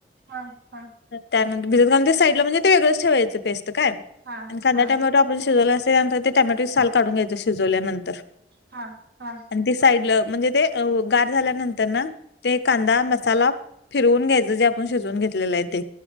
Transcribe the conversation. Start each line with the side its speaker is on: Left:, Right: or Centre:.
Right: हा हा
Left: त्यानंतर भिजत घालून ते साईडला म्हणजे ते वेगळच ठेवायच ते पेस्ट. त काय,
Right: हा
Left: आणि खांद्या
Right: हा
Left: टमॅटो आपण शिजवलेला असते त्यानंतर ते टॅमॅटोचे साल काढून घ्यायचे शिजवल्यानंतर.
Right: हा हा
Left: आणि ते साईडला, म्हणजे ते गार झाल्यानंतर ना ते कांदा मसाला फिरवून घ्यायच जे आपण शिजवून घेतलेल आहे ते.